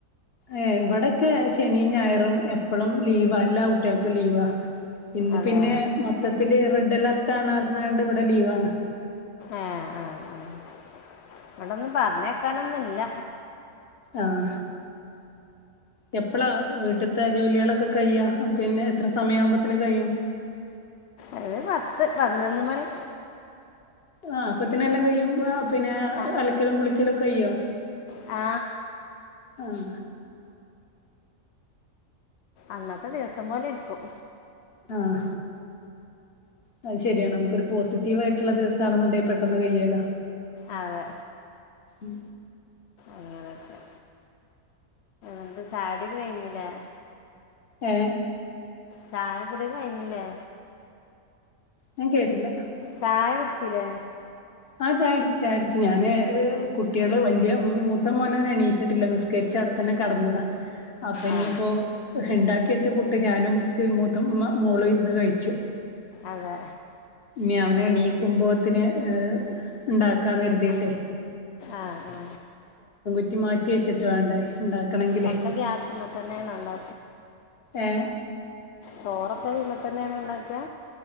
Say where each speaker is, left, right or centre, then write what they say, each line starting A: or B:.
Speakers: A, on the left (about 45°); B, on the left (about 60°).
A: ഏ ഇവിടെയൊക്കെ ശനിയും ഞായറും എപ്പഴും ലീവാ എല്ലാ കുട്ടികൾക്കും ലീവാവാ ഇന്ന്
B: അതെ
A: പിന്നെ മൊത്തത്തില്ൽ റെഡ് അലർട്ട് കാണർുന്നണ്ട് ഇവിടെ ലീവാണ്
B: ആഹ ആഹ ആ ഇവിടൊന്നും പറഞ്ഞേക്കാനൊന്നുംല്ല
A: ആഹ എപ്പഴാ വീട്ടത്തെ ജോലികളൊക്കെ കഴ്യാ പിന്നെ എത്ര സമയ ആകുമ്പോത്തന് കഴിയും
B: അത് പത്ത് പതിനൊന്ന് മണി
A: ആ അപ്പത്തിന എല്ലാം കഴിയും പിന്നെ
B: ആ,
A: അലക്കലും കുളിക്കലൊ ഒക്കെ കയ്യോ
B: ആ
A: ആഹ
B: അന്നത്തെ ദിവസം പോലെ എടുക്കും
A: ആഹ അത് ശരിയാണ് നമുക്കരു പോസിറ്റ അതവായിട്ടുള്ള ദിവസാണെന്നുണ്ടേ പെട്ടെന്ന് കയ്യല്ലോ
B: അതെ
A: ഉം
B: അങ്ങനെയൊക്കെ എന്താ ചായ കുടി ഒക്കെ കഴിഞ്ഞില്ലേ
A: ഏ
B: ചായ കുടി ഒക്കെ കഴിഞ്ഞില്ലേ
A: ഞാ കേട്ടില്ല
B: ചായ കുടിച്ചില്ലേ
A: ആ് ചാടച്ചു ചാടിച്ചു ഞാാന് കുട്ടികള് വല്ിയ മൂത്തം മോന എണീറ്റിട്ടില്ല നിസ്കരിച്ചട തന്നെ കടന്നതാ അപ്പൊ ഇനിയിപ്പോൊ
B: ആ
A: ഹിണ്ടാക്കി വെച്ച പുട്ട് ഞാനും മൂത്ത മോളും ഇരുന്ന് കഴിച്ചു
B: അതെ
A: ഇനി അവന എണീക്കുമ്പോത്തിന് ർ ഉണ്ടാക്കാന്ന് കരുതിീട്ടെ
B: ആഹ ആ
A: കുറ്റി മാറ്റി വെച്ചിട്ട വേണ്ടേ ഇണ്ടാക്കണെങ്കിലേ
B: ഒക്കെ ഗ്യാസ്പ തന്നെയണ ഉണ്ട
A: ഏഹ്
B: ചോറൊക്കെ തന്നെയാണ് ഉണ്ടാക്കുക